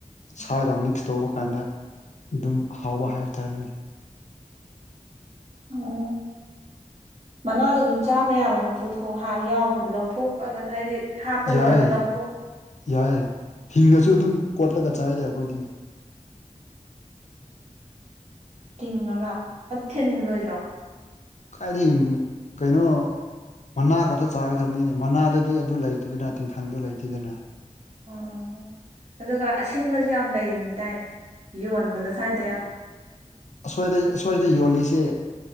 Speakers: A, on the left; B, on the right.
A: ꯁꯥꯒ ꯃꯤꯛꯁ ꯇꯧꯕ ꯀꯥꯟꯗ ꯑꯗꯨꯝ ꯍꯥꯎꯕ ꯍꯥꯏꯕ ꯇꯥꯔꯦꯅꯦ
B: ꯑꯣ ꯃꯅꯥꯗꯣ ꯑꯗꯨꯝ ꯆꯥꯕ ꯌꯥꯕ ꯅꯠꯇ꯭ꯔꯣ ꯊꯣꯡ ꯍꯥ ꯌꯥꯎꯕꯗ ꯂꯧꯊꯣꯛꯑꯒ ꯍꯥꯏꯗꯤ ꯍꯥꯞꯄ
A: ꯌꯥꯏ
B: ꯂꯣꯏꯔꯒ ꯂꯧꯊꯣꯛ
A: ꯌꯥꯏꯌꯦ ꯍꯤꯡꯉꯁꯨ ꯑꯗꯨꯝ ꯀꯣꯠꯂꯒ ꯆꯥꯏꯗꯥ ꯑꯩꯈꯣꯏꯗꯤ
B: ꯇꯤꯡꯉꯒ ꯑꯊꯤꯟ ꯂꯣꯏꯗ꯭ꯔꯣ
A: ꯀꯥꯏꯗꯩꯝ ꯀꯩꯅꯣ ꯃꯅꯥ ꯈꯛꯇ ꯆꯥꯒꯗꯕꯅꯤꯅꯦ ꯃꯅꯥꯗꯗꯤ ꯑꯗꯨ ꯂꯩꯇꯦꯗꯅ ꯇꯤꯡꯈꯪꯗꯨ ꯂꯩꯇꯦꯗꯅ
B: ꯑꯣ ꯑꯗꯨꯒ ꯑꯁꯤꯟꯕꯁꯨ ꯌꯥꯝ ꯂꯩꯔꯤꯕꯗꯥꯥꯏꯅꯦ ꯌꯣꯟꯕꯗ ꯁ꯭ꯋꯥꯏꯗ ꯌꯥꯝ
A: ꯑꯁ꯭ꯋꯥꯏꯗ ꯑꯁ꯭ꯋꯥꯏꯗ ꯌꯣꯜꯂꯤꯁꯦ